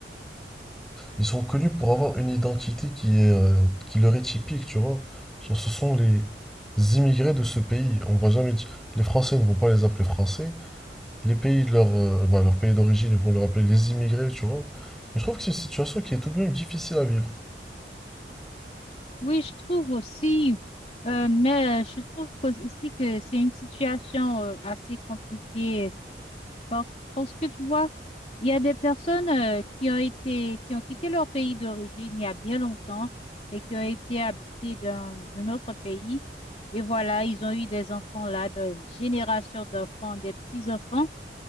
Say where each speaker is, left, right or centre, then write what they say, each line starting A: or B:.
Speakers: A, in the centre; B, on the left.
A: ils sont connus pour avoir une identité qui est, euh, qui leur est typique, tu vois. Genre, ce sont les immigrés de ce pays. On va jamais dire... Les Français ne vont pas les appeler Français. Les pays, de leur, euh, bah, leur pays d'origine, ils vont leur appeler les immigrés, tu vois. Et je trouve que c'est une situation qui est tout de même difficile à vivre.
B: Oui, je trouve aussi, euh, mais je trouve que- aussi que c'est une situation euh, assez compliquée par- parce que tu vois, il y a des personnes euh, qui ont été, qui ont quitté leur pays d'origine il y a bien longtemps et qui ont été habitées dans un autre pays. Et voilà, ils ont eu des enfants là, des générations d'enfants, des petits-enfants.